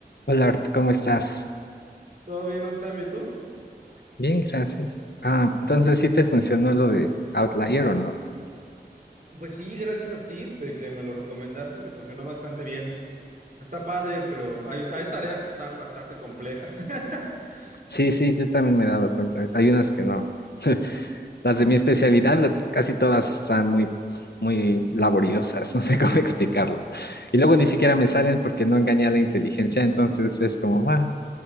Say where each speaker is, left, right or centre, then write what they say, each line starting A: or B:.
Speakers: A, on the left; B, on the right.
A: Hola, Art, ¿cómo estás?
B: ¿Todo bien, Octavio? ¿Y tú?
A: Bien, gracias. Ah, entonces sí te funcionó lo de Outlier o no.
B: Pues sí, gracias a ti de que me lo recomendaste, me funcionó bastante bien. Está padre, pero hay, hay tareas que están bastante complejas. <laughs>
A: Sí, sí, yo también me he dado cuenta de eso. Hay unas que no. <laughs> Las de mi especialidad, casi todas están muy, muy laboriosas, <laughs> no sé cómo explicarlo. Y luego ni siquiera me salen porque no engañé a la inteligencia, entonces es como, va.